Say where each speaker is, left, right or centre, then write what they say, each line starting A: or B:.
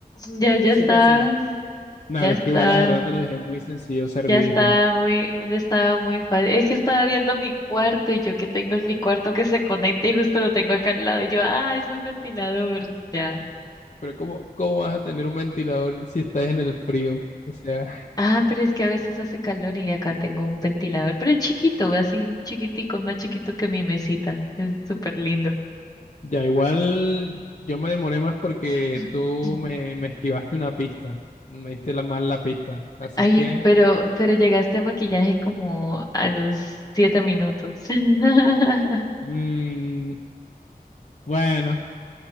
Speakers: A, on the left; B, on the left.
A: Ya, ya
B: Súper
A: está,
B: sencillo. Nada,
A: ya está,
B: es que igual la verdad te lo dejé muy sencillo, servidito.
A: ya está muy, ya está muy fácil. Es que estaba viendo mi cuarto y yo que tengo en mi cuarto que se conecta y justo lo tengo acá al lado y yo, ah, es un ventilador, ya.
B: Pero ¿cómo, cómo vas a tener un ventilador si estás en el frío? O sea,
A: Ah, pero es que a veces hace calor y acá tengo un ventilador, pero es chiquito, así chiquitico, más chiquito que mi mesita. Es súper lindo.
B: ya igual yo me demoré más porque
A: <clears throat>
B: tú me, me esquivaste una pista. Me diste la mal la pista. Así
A: Ay,
B: que,
A: pero, pero llegaste a maquillaje como a los siete minutos. <laughs>
B: mm, bueno,